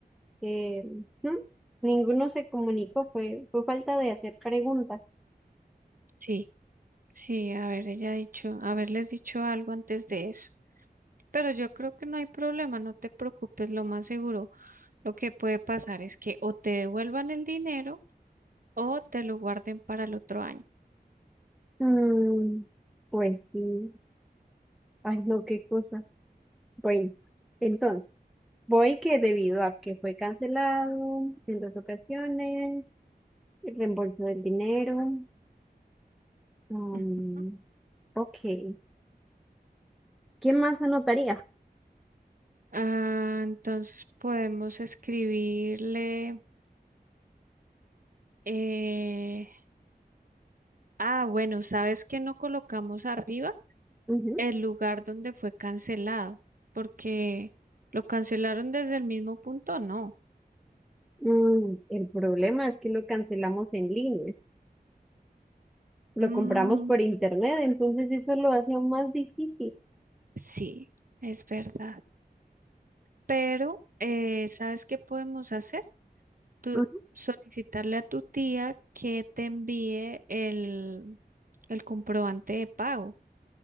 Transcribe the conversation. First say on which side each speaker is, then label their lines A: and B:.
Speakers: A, in the centre; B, on the right.
A: eh, mm, Ninguno se comunicó, fue, fue falta de hacer preguntas.
B: Sí, sí, haber ella dicho, haberles dicho algo antes de eso. Pero yo creo que no hay problema, no te preocupes, lo más seguro. Lo que puede pasar es que o te devuelvan el dinero o te lo guarden para el otro año.
A: Mm, pues sí, ay, no, qué cosas. Bueno, entonces, voy que debido a que fue cancelado en dos ocasiones, el reembolso del dinero. um,
B: Ujú.
A: ok, ¿qué más anotaría?
B: Ah, entonces podemos escribirle. eh, Ah, bueno, ¿sabes que no colocamos arriba
A: Ujú.
B: el lugar donde fue cancelado? Porque lo cancelaron desde el mismo punto, no.
A: Mm, el problema es que lo cancelamos en línea, lo
B: Mm,
A: compramos por internet, entonces eso lo hace aún más difícil.
B: sí, es verdad. Pero, eh, ¿sabes qué podemos hacer? tú
A: Ujú.
B: solicitarle a tu tía que te envíe el, el comprobante de pago.